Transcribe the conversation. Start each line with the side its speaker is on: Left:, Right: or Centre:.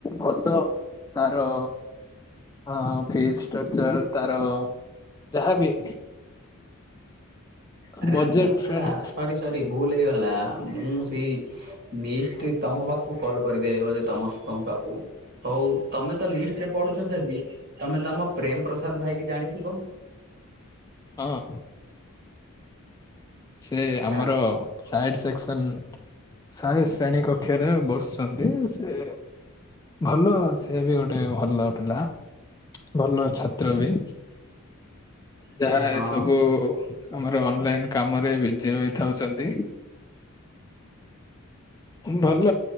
Left: ଭଲ ତାର ହଁ ଫିସ୍ ଷ୍ଟ୍ରକ୍ଚର୍ ତାର ଯାହା ବି
Right: ଆରେ
Left: ବଜେଟ
Right: ଆଛା ଆଛା
Left: ଫ୍ରେଣ୍ଡ
Right: ସରି ସରି ଭୁଲ୍ ହେଇଗଲା ମୁଁ ସେଇ ନିଷ୍ଟି ତମ ପାଖୁକୁ କଲ୍ କରି ଦେଲି ବୋଧେ ତମ ସ୍ ତମ୍ ପାଖୁକୁ ହଉ ତମେ ତ ନିଷ୍ ଟିରେ ପଢୁଛ ଯଦି ତମେ ତ ଆମ ପ୍ରେମ୍ ପ୍ରସାଦ ଭାଇକି ଜାଣିଥିବ?
Left: ହଁ। ସେ
Right: ଆଚ୍ଛା
Left: ଆମର ସାଇଡ୍ ସେକ୍ସନ୍ ସାହେ ଶ୍ରେଣୀ କ କ୍ଷରେ ବସିଛନ୍ତି ସେ ଭଲ ସେ ବି ଗୋଟେ ଭଲ ପିଲା ଭଲ ଛାତ୍ର ବି।
Right: ଆରେ
Left: ଯାହା
Right: ହଁ
Left: ଏସବୁ ଆମର ଅନଲାଇନ୍ କାମରେ ବିଜି ରହିଥାଉଚନ୍ତି। ଭଲ